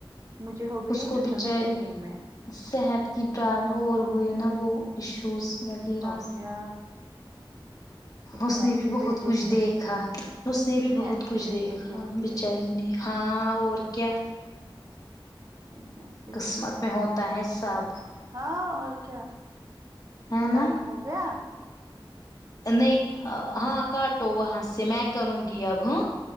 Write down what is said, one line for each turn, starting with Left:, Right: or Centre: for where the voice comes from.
Right: مجھے ہو گئی
Left: اس کو
Right: ٹو
Left: بچاری
Right: تھاؤزینڈ ایٹین میں
Left: صحت کی پرابلم اور ہوئے نا وہ ایشوز وغیرہ
Right: اور کیا اتنے
Left: اس نے
Right: اچھے
Left: بھی بہت
Right: بیٹے
Left: کچھ
Right: تھے
Left: دیکھا اس نے
Right: اتنے
Left: بھی بہت
Right: اچھے
Left: کچھ
Right: بیٹے
Left: دیکھا
Right: تھے اس
Left: بیچاری
Right: کے
Left: نے ہاں اور کیا
Right: اتنے اچھے
Left: قسمت
Right: بیٹے تھے
Left: میں ہوتا ہے سب
Right: ہاں اور کیا
Left: ہے
Right: ٹائم
Left: نا
Right: ہو گیا
Left: نہیں ہاں کاٹو وہ سے میں کروں گی اب ہا